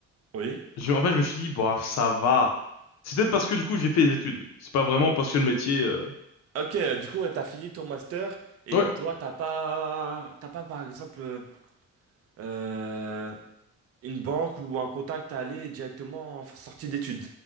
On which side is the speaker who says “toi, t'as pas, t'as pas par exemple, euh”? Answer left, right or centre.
Right